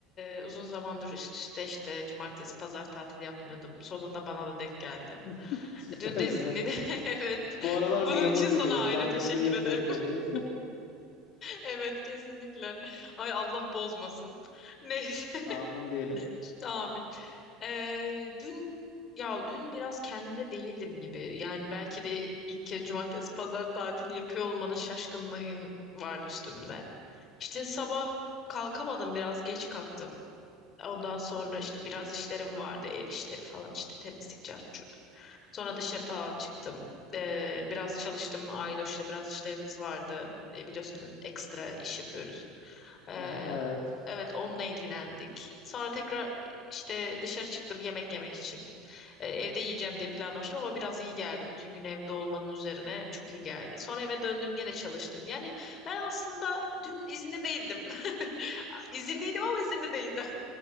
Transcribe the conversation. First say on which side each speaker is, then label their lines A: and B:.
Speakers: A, on the left; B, on the left.
A: e, uzun zamandır üst üste işte cumartesi pazar tatili yapmıyordum. Sonunda bana da denk geldi.
B: <laughs> Süper
A: Dün de
B: güzel.
A: dinledim. <laughs> Evet.
B: Bu aralar
A: Bunun
B: memur
A: için
B: gibiyiz.
A: sana ayrı
B: Kendimizi
A: teşekkür
B: iyi hissetmeliyiz.
A: ederim. <laughs> Evet, kesinlikle. Ay Allah bozmasın. <laughs> Neyse.
B: <laughs> Amin diyelim.
A: <laughs> Amin. Ee, dün ya dün biraz kendimde değildim gibi. Yani belki de ilk kez cumartesi pazar tatili yapıyor olmanın şaşkınlığın vardı üstümde. İşte sabah kalkamadım biraz geç kalktım. Ondan sonra işte biraz işlerim vardı, ev işleri falan işte temizlik, cart curt. Sonra dışarı falan çıktım. Ee, biraz çalıştım. Aydoş'la biraz işlerimiz vardı. Ee, biliyorsun ekstra iş yapıyoruz. Ee,
B: Hı hı, evet.
A: evet onunla ilgilendik. Sonra tekrar işte dışarı çıktım yemek yemek için. Ee, evde yiyeceğim diye planlamıştım ama biraz iyi geldi. Bütün gün evde olmanın üzerine çok iyi geldi. Sonra eve döndüm gene çalıştım. Yani ben aslında dün izinli değildim. <laughs> İzinliydim ama izinli değildim.